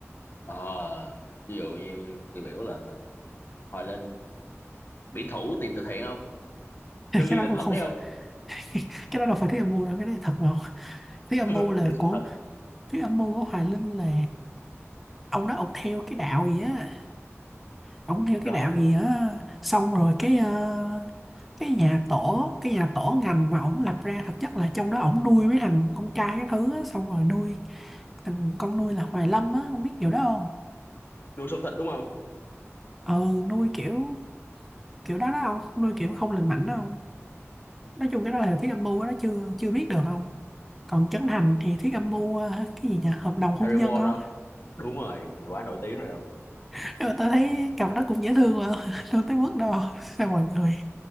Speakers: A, on the left (about 45°); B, in the centre.
A: ờ ví dụ như tiêu biểu là Hoài Linh biển thủ tiền từ thiện không
B: <laughs>
A: tôi nghi
B: cái đó
A: là
B: cũng
A: thật
B: không
A: đấy
B: phải <laughs> cái đó đâu phải thứ âm mưu đâu cái đó là thật mà không? thứ
A: <laughs>
B: âm
A: ừ,
B: mưu là
A: chơi sự
B: của
A: thật
B: thứ âm mưu của Hoài Linh là ông đó ông theo cái đạo gì á ông theo cái
A: rồi
B: đạo gì á xong rồi cái ờ, cái nhà tổ cái nhà tổ ngành mà ông lập ra thực chất là trong đó ông nuôi mấy thằng con trai các thứ á, xong rồi nuôi thằng con nuôi là Hoài Lâm á ông biết điều đó không
A: nuôi sống thịt đúng không
B: ừ nuôi kiểu kiểu đó đó ông nuôi kiểu không lành mạnh đó ông nói chung cái đó là Thiết Âm Mưu á, nó chưa chưa biết được không còn Trấn Thành thì Thiết Âm Mưu ờ, cái gì nhỉ hợp đồng hôn
A: Harry
B: nhân
A: Potter
B: không
A: không đúng rồi mình quá nổi tiếng rồi không
B: <laughs> nhưng mà tôi thấy cặp đó cũng dễ thương mà <laughs> đâu tới mức đâu sao mọi người